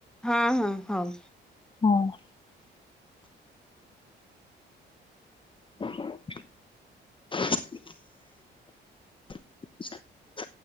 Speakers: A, in the centre; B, on the left.
A: ହଁ ହଁ ହଉ।
B: ହଁ <inaudible> <inaudible> <inaudible>